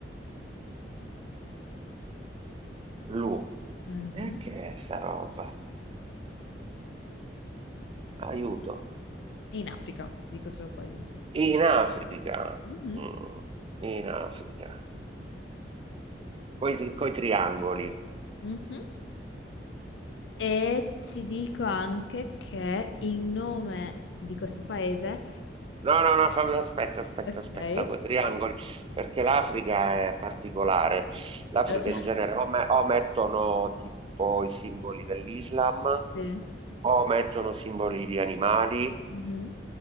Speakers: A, on the right (about 30°); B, on the left (about 85°).
A: Blu.
B: Mhm.
A: E che è sta roba? Aiuto.
B: E in Africa, ti dico solo quello.
A: In Africa.
B: Mhm.
A: Mm, in Africa. Coi, coi triangoli.
B: Mhm. E ti dico anche che il nome di questo paese,
A: No, no, no, fammi, aspetta, aspetta,
B: ok,
A: aspetta, coi triangoli, perché l'Africa è particolare. L'Africa
B: eh, <laughs>
A: in genere o, me- o mettono tipo i simboli dell'Islam,
B: sì.
A: o mettono simboli di animali,
B: Mhm.